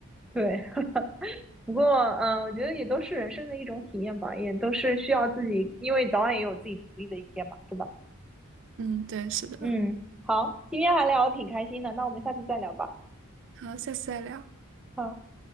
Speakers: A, in the centre; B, on the right (about 55°).
A: 对，<laughs> 不过嗯，我觉得也都是人生的一种体验吧，也都是需要自己，因为早晚也有自己独立的一天嘛，对吧？
B: <laughs> 嗯，对，是的。
A: 嗯，好，今天还聊的挺开心的，那我们下次再聊吧。
B: 好，下次再聊。
A: 好。